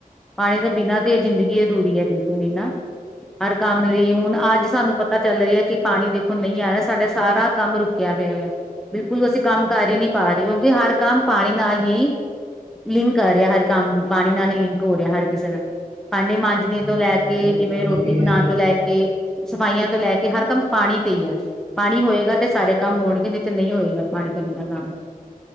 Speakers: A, in the centre; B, on the right (about 40°).
A: ਪਾਣੀ ਤੋਂ ਬਿਨਾਂ ਤੇ ਏ ਜੀਦੰਗੀ ਅਧੂਰੀ ਐ ਬਿਲਕੁਲ ਈ ਨਾ, ਹਰ ਕੰਮ ਲਈ। ਹੁਣ ਅੱਜ ਸਾਨੂੰ ਪਤਾ ਪਤਾ ਚੱਲ ਰੇਯਾ ਕਿ ਪਾਣੀ ਦੇਖੋ ਨਈਂ ਆ ਰੇਯਾ, ਸਾਡਾ ਸਾਰਾ ਕੰਮ ਰੁਕਿਆ ਪਿਆ ਵੇ ਬਿਲਕੁਲ ਅਸੀਂ ਕੰਮ ਕਰ ਹੀ ਨੀਂ ਪਾ ਰੇ, ਕਿਉਂਕਿ ਹਰ ਕੰਮ ਪਾਣੀ ਨਾਲ ਹੀ ਲਿੰਕ ਕਰ ਰੇਯਾ ਹਰ ਕੰਮ ਪਾਣੀ ਨਾਲ ਹੀ ਲਿੰਕ ਹੋ ਰੇਯਾ ਹਰ ਕਿਸੇ ਦਾ। ਭਾਂਡੇ ਮਾਂਜ ਣੇ ਤੋਂ
B: ਗੱਲ
A: ਲੈ ਕੇ
B: ਹੁਣ ਤੁਸੀਂ
A: ਜਿਵੇਂ
B: ਪਾਣੀ
A: ਰੋਟੀ
B: ਪੀਣਾ
A: ਬਣਾਣ
B: ਹੈ।
A: ਤੋਂ ਲੈ ਕੇ, ਸਫਾਈਆਂ ਤੋਂ ਲੈ ਕੇ, ਹਰ ਕੰਮ ਪਾਣੀ 'ਤੇ ਹੀ ਐ। ਪਾਣੀ ਹੋਏਗਾ ਤੇ ਸਾਰੇ ਕੰਮ ਹੋਣਗੇ ਨੀ ਤੇ ਨਈਂ ਹੋਏਗਾ, ਪਾਣੀ ਤੋਂ ਬਿਨਾਂ ਕੰਮ।